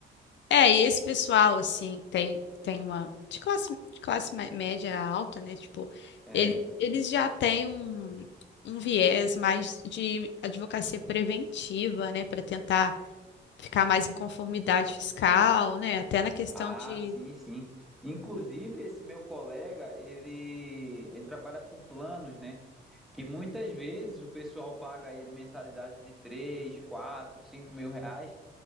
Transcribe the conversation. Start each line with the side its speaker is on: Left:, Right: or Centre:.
Left: É, e esse pessoal, assim, tem, tem uma. De classe, de classe mé- média alta, né? Tipo,
Centre: É.
Left: ele, eles já têm um, um viés mais de advocacia preventiva, né? Para tentar ficar mais em conformidade fiscal, né? Até na questão
Centre: Ah,
Left: de.
Centre: sim, sim. Inclusive, esse meu colega, ele, ele trabalha com planos, né? Que muitas vezes o pessoal paga ele mensalidade de 3, 4, 5 mil reais,